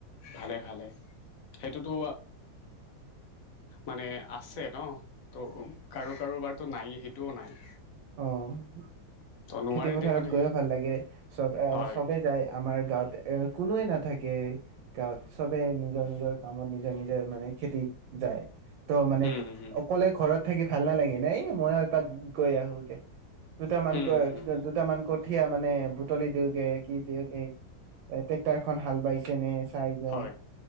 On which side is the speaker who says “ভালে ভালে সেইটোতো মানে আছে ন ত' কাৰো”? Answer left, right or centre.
Left